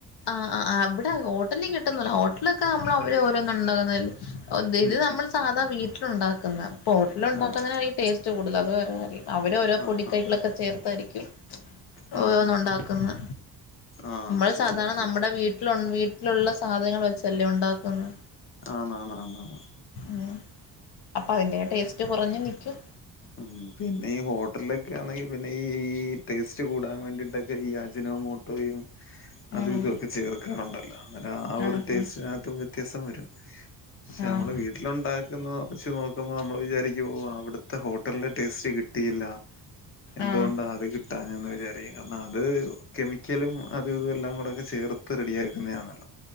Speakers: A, on the left; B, on the left.
A: ആഹ് ആഹ് അവിടെ ഹോട്ടലേ കിട്ടുന്നില്ലോ ഹോട്ടലൊക്കെ നമ്മള് അവര് ഓരോന്ന് ഉണ്ടകുന്നലേ ഓന്തേഇത്
B: ഉം
A: നമ്മൾ
B: ഉം
A: സാധാ വീട്ടിലുണ്ടാക്കുന്ന ഹോട്ടിൽ ഉണ്ടാക്കുന്നതിനരിക്കും
B: ആഹ്
A: ടേസ്റ്റ് കൂടല് അത് വേറെ കാര്യം അവര ഓരോ
B: ആഹ്
A: പൊടിക്കൈകളൊക്കെ
B: ആഹ്
A: ചേർത്തായിരിക്കും
B: ഉം
A: ഓരോന്ന്
B: ഉം
A: ഉണ്ടാക്കുന്നെ
B: ഉം ആഹ്
A: നമ്മള്
B: ശരിയാ
A: സാധാരണ
B: ശരി
A: നമ്മുടെ വീട്ടില് ഒണ് വീട്ടിലുള്ള സാധനങ്ങങ്ങള് വെച്ചല്ലേ ഉണ്ടാക്കുന്നെ
B: അന്നന്നന്നാന്ന്
A: ഉം അപ്പൊ ആയിന്റെ ടേസ്റ്റ് കുറഞ്ഞു നിക്കും
B: ഉം പിന്നെ ഈ ഹോട്ടലിലൊക്കെ ആന്നെങ്കിൽ പിന്നെ ഈഈ ടേസ്റ്റ് കൂടാൻ വേണ്ടിയിട്ടൊ കെഈ അജ്നോ മോട്ടോയും അതും
A: ഉം
B: ഇതൊക്കെ ചേർക്കാറുണ്ടല്ലോ അതാ ആ
A: ആഹ്
B: ഒരു ടേസ്റ്റിനകത്തും വ്യത്യാസം വരും പക്ഷെ
A: ആഹ്
B: നമ്മളെ വീട് വീട്ടിലുണ്ടാകുന്ന വെച്ച് നോക്കുമ്പോൾ നമ്മൾ വിചാരിക്കും ഓഹ് അവിത്തെ ഹോ ട്ടല്ലേ ടേസ്റ്റ് കിട്ടിയില്ല എന്തുകൊണ്ടാ
A: ആഹ്
B: അത് കിട്ടന്ന് വിചാരിക്കും കാരണം അത് കെമിക്കലും അതും ഇതും എല്ലാം കൂടൊക്കെ ചേർത്ത് റെഡിയാക്കുന്ന ആന്ന്. ആഹ്